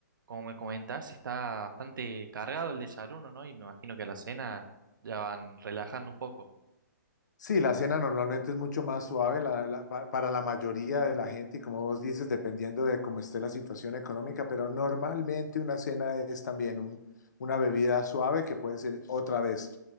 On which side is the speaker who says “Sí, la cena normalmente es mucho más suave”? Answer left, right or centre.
Left